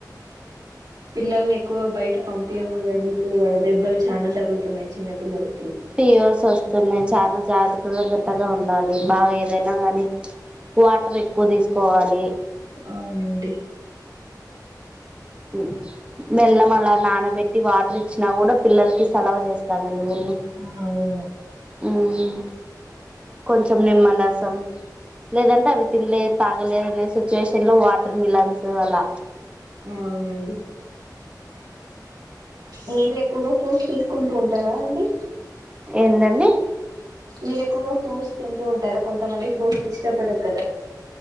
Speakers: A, on the right (about 70°); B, on the right (about 15°).
A: పిల్లల్ని ఎక్కువ బయట పంపయకూడదండి ఇప్పుడు వడ దెబ్బలు చానా తగులుతున్నాయి చిన్న పిల్లలు
B: పిర్ స్వస్స్తన్నాయి చా జత కత్తగా ఉండాలి బాగా ఏదైనా గానీ వాటర్ ఎక్కువ తీసుకోవాలి
A: అవునండి
B: ఉమ్ మెల్లం అలా నానబెట్టి వాటర్ ఇచ్చినా కూడా పిల్లలకి సలవా ఛెస్తాధి అండీ ఊళ్ళ
A: అవును
B: ఉమ్ కొంచం నిమ్మరసం లేదంటే అవి తినలే తాగలేదనే సిచ్యువేషన్ లో వాటర్ మిలన్స్ అలా
A: అవునండి మీర ఎక్కువగా ఫ్రూట్స్ తీసుకుంటూ ఉంటారా అండి
B: ఏంటండి
A: మీరు ఎక్కువగా ఫ్రూట్స్ తింటూ ఉంటారా కొంతమంది ఫ్రూట్స్ ఇష్టపడరు కదా